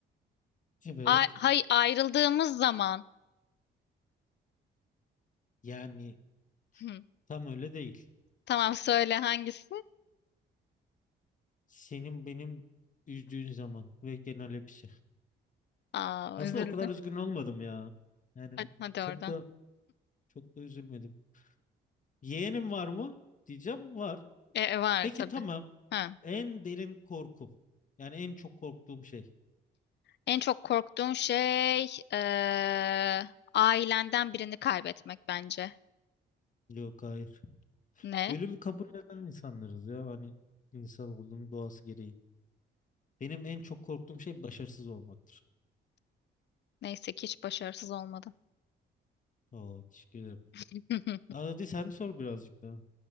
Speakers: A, on the left (about 40°); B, on the left (about 60°).
A: Evet.
B: Ay, hay ayrıldığımız zaman.
A: Yani
B: Hı,
A: tam öyle değil.
B: Tamam söyle hangisi?
A: Senin benim üzdüğün zaman ve genel hepsi.
B: Aa
A: Aslında
B: üzüldüm.
A: o kadar üzgün olmadım ya. Yani
B: Hadi, hadi
A: çok
B: oradan.
A: da çok da üzülmedim. Yeğenim var mı? Diyeceğim var.
B: E, e, var
A: Peki
B: tabii.
A: tamam.
B: Ha.
A: En derin korkum. Yani en çok korktuğum şey.
B: En çok korktuğun şey eee, ailenden birini kaybetmek bence.
A: Yok hayır.
B: Ne?
A: Ölümü kabul eden insanlarız ya. Hani insan olduğunun doğası gereği. Benim en çok korktuğum şey başarısız olmaktır.
B: Neyse ki hiç başarısız olmadım.
A: Oo, teşekkür ederim.
B: <laughs>
A: Daha hadi sen sor birazcık daha.